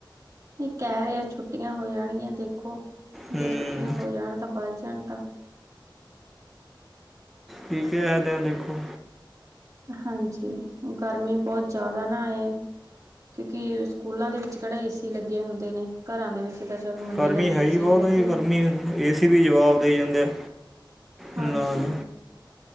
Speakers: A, on the right (about 40°); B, in the centre.
A: ਨਹੀਂ ਕਹਿ ਰਹੇ ਛੁੱਟੀਆਂ ਹੋ ਜਾਣਗੀਆਂ ਦੇਖੋ, ਜੇ
B: ਹੂੰ
A: ਛੁੱਟੀਆਂ ਹੋ ਜਾਣ ਤਾਂ ਬਚ ਜਾਣ ਤਾਂ
B: ਠੀਕ ਹੈ ਕਹਿੰਦੇ ਆ ਦੇਖੋ
A: ਹਾਂਜੀ ਗਰਮੀ ਬਹੁਤ ਜ਼ਿਆਦਾ ਨਾ ਏ ਕਿਉਂਕਿ ਸਕੂਲਾਂ ਦੇ ਵਿੱਚ ਕਿਹੜੇ ਏ ਸੀ ਲੱਗੇ ਹੁੰਦੇ ਨੇ, ਘਰਾਂ ਦੇ ਵਿੱਚ ਤਾਂ ਚੱਲ ਮੰਨੀ
B: ਗਰਮੀ
A: ਗੱਲ
B: ਹੈਗੀ
A: ਏਸੀ
B: ਬਹੁਤ
A: ਹੈਗੇ
B: ਗਰਮੀ
A: ਆ
B: ਏ ਸੀ ਵੀ ਜਵਾਬ ਦੇ ਜਾਂਦੇ ਆ।
A: ਹਾਂਜੀ।
B: ਨਾਲ